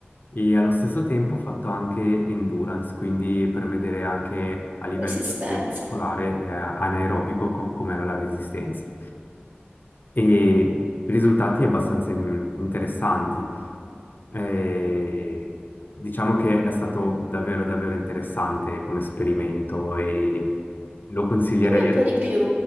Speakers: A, on the left; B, on the right.
A: e allo stesso tempo ho fatto anche endurance, quindi per vedere anche a livello
B: Resistenza.
A: cardiovascolare, eh, anaerobico co- com'era la resistenza. E risultati abbastanza mm, interessanti. Eh, diciamo che è stato davvero, davvero interessante come esperimento e lo consiglierei.
B: Dimmi un po' di più,